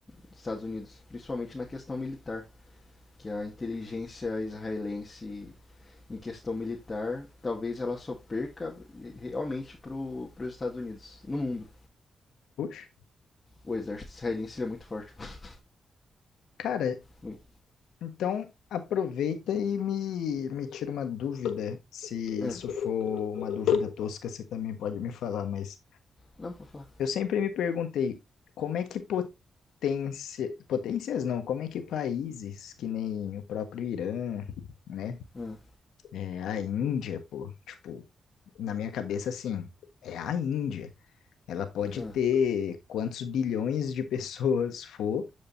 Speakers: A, on the left; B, on the left.
A: dos Estados Unidos, principalmente na questão militar. que a inteligência israelense em questão militar, talvez ela só perca realmente para os Estados Unidos, no mundo.
B: Puxa.
A: O exército israelense ele é muito forte. <laughs>
B: Cara,
A: Muito.
B: Então, aproveita e me, me tira uma dúvida. Se isso
A: Ah,
B: for uma dúvida tosca, você também pode me falar, mas
A: não, pode falar.
B: eu sempre me perguntei como é que potência, potências não, como é que países que nem o próprio Irã, né?
A: Ah,
B: É, a Índia, pô, tipo, na minha cabeça, assim, é a Índia. Ela pode
A: ah.
B: ter quantos bilhões de pessoas for,